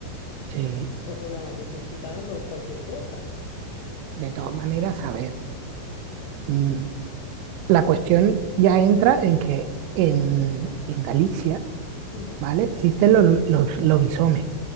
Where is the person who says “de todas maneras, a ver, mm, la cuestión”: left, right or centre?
Right